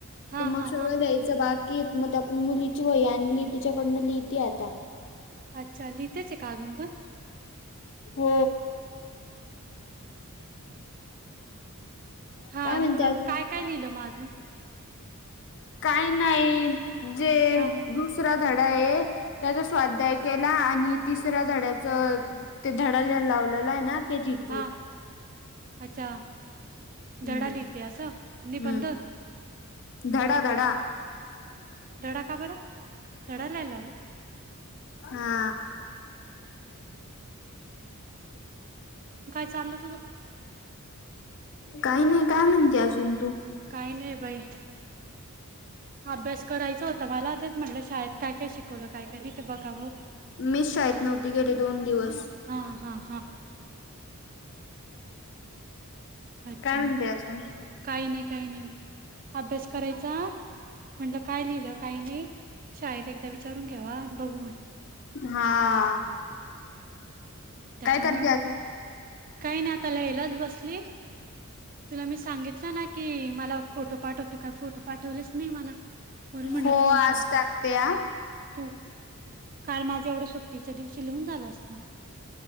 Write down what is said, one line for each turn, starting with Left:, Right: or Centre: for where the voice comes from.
Right: हा
Left: तर मग
Right: हा
Left: सगळं
Right: हा
Left: घ्यायचं बाकी मग त्या मुलीची वई आनली तिच्याकडनं लिहीती आता.
Right: अच्छा लिहतेच आहे का, अजून पण.
Left: हो.
Right: हा
Left: काय म्हणते अजून
Right: काय-काय लिहिलं मग अजून.
Left: काही नाही जे
Right: हा
Left: दुसरा धडा आहे. त्याचा स्वाद्याय केला आणि तिसऱ्या धड्याचं, ते धडा लावलेला आहे ना. ते लिहितीये.
Right: हा अच्छा.
Left: हम्म
Right: धडा लिहिते असं, निबंध
Left: हम्म धडा धडा
Right: धडा का बरं, धडा लिहायला लावला.
Left: हा.
Right: चाल तुझ
Left: काही नाही काय म्हणते अजून तू.
Right: काही नाही बाई, अभ्यास करायचा होता मला तेच म्हटल. शाळेत काय-काय शिकवलं काय-काय नाही ते बघावं.
Left: मी शाळेत नव्हती गेले, दोन दिवस. <unintelligible>
Right: हा हा हा अच्छा
Left: काय म्हणते अजून?
Right: काही नाही काही नाही, अभ्यास करायचा म्हनलं काय लिहिलं काही नाही, शाळेत एकदा विचारून घ्यावा बघू म्हणलं
Left: हा,
Right: त्याच्यामुळं
Left: काय करते अजून?
Right: काही नाही, आता लिहायलाचं बसली. तुला मी सांगितलं ना की, मला फोटो पाठवतो काय फोटो पाठवलेच नाही मला, <unintelligible> म्हणून म्हटलं
Left: हो
Right: फोन
Left: आज
Right: कर
Left: टाकते हा
Right: तू. काल माझं एवढं सुट्टीच्या दिवशी लिहून झालं असत.